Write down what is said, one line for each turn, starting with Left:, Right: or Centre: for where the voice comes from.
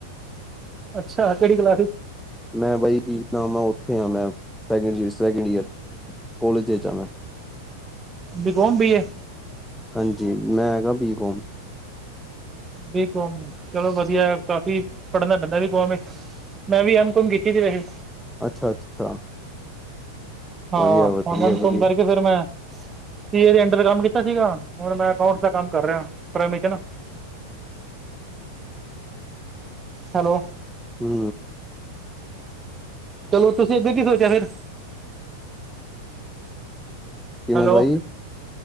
Right: ਅੱਛਾ ਕਿਹੜੀ ਕਲਾਸ
Centre: ਮੈਂ ਬਾਈ ਜ ਮੈਂ ਉੱਥੇ ਆਾਂ ਮੈਂ ਸੈਕਡ, ਸੈਕਿੰਡ ਈਅਰ ਕੋਲੇਜ ਚ ਆ ਮੈਂ
Right: ਬੀ ਕੌਮ ਜਾਂ ਬੀਏ
Centre: ਹਾਂਜੀ ਮੈਂ ਹੈਗਾ ਬੀ ਕੌਮ
Right: ਬੀ ਕੌਮ ਚਲੋ ਵਧੀਆ ਕਾਫੀ ਪੜਨਾ ਪੈਂਦਾ ਬੀ ਕੌਮ ਮੈਂ ਵੀ ਐਮਕੋਮ ਕੀਤੀ ਸੀ ਵੈਸੇ
Centre: ਅੱਛਾ -ਅੱਛਾ।
Right: ਹਾਂ
Centre: ਵਧੀਆ ਵਧੀਆ
Right: ਹੁਣ ਐਮਕੋਮ
Centre: ਵਧੀਆ
Right: ਕਰਕੇ ਫੇਿਰ ਮੈਂ ਸੀ ਸੀਏ ਦੇ ਅੰਡਰ ਕੰਮ ਕੀਤਾ ਸੀਗਾ ਹੁਣ ਮੈਂ ਅਕਾਊਂਟਸ ਦਾ ਕੰਮ ਕਰ ਰਿਹਾ ਪ੍ਰਾਈਮ ਚ ਨਾ ਹੈਲੋ
Centre: ਹੂੰ।
Right: ਚਲੋ, ਤੁਸੀਂ ਅੱਗੇ ਕੀ ਸੋਚਿਆ ਫਿਰ?
Centre: ਕਿਵੇਂ
Right: ਹੈਲੋ,
Centre: ਬਾਈ